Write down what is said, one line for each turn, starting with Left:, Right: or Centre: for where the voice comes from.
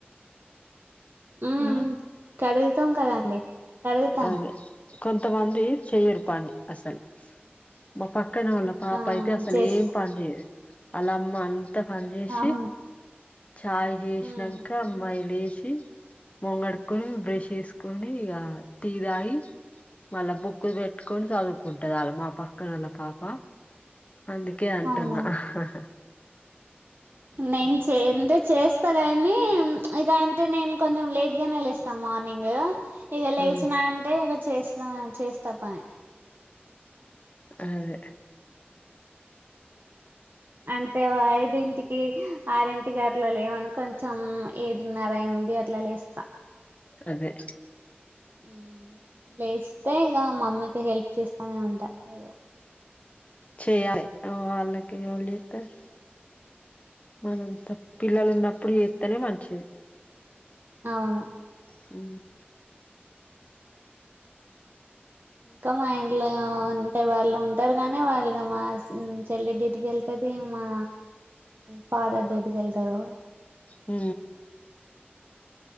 Right: ఉమ్
Left: హ
Right: కడుగుతాం కదండి కడుగుతా
Left: అదే, కొంతమంది చేయరు పని అసలు మా పక్కన వాళ్లు కు పాప
Right: ఆ
Left: అయితే అసలు
Right: చేస్తా
Left: ఏం పని చేయదు వాళ్ల అమ్మ అంతా పని చేసి
Right: అవును
Left: చాయ్ చేసినాక
Right: ఉమ్
Left: అమ్మాయి లేచి మొఖం కడుక్కొని బ్రష్
Right: ఉహు
Left: చేసుకొని పోనీ ఇగ టీ తాగి మళ్ళా బుక్కులు పెట్టుకొని చదువుకుంటాది వాళ్లా మా పక్కన వాళ్ళ పాప అందుకే అంటున్నా
Right: అవునా
Left: ఆహా హా
Right: నేను చేయాలంటే చేస్తా కానీ ఇక అంటే నేను కొంచెం లేట్‌గానే లేస్తాం. మార్నింగ్ ఇగ లేచిన
Left: ఉమ్
Right: అంటే ఇక చేస్తా చేస్తా పని
Left: అదే
Right: అంటే ఓ ఐదింటికి. ఆరింటికి అట్లా లేవను కొంచెం ఏడున్నర ఎనిమిది అట్లా లేస్తా
Left: అదే
Right: ఊ లేచితే ఇక మమ్మీకి హెల్ప్ చేస్తానే ఉంటా ఏదో ఒకటి
Left: చేయాలి వాళ్ళకి ఎవళ్లు చేస్తారు మనంత పిల్లలు ఉన్నప్పుడు చేస్తనే మంచిది
Right: అవును
Left: హు
Right: ఇంకా మా ఇంట్లో ఉంటే వాళ్ళు ఉంటారు గానీ వాళ్ళు <unintelligible> చెల్లి డ్యూటీకి వెళ్తుంది. మా ఫాదర్ కూడా డ్యూటీకి వెళ్తారు.
Left: ఊ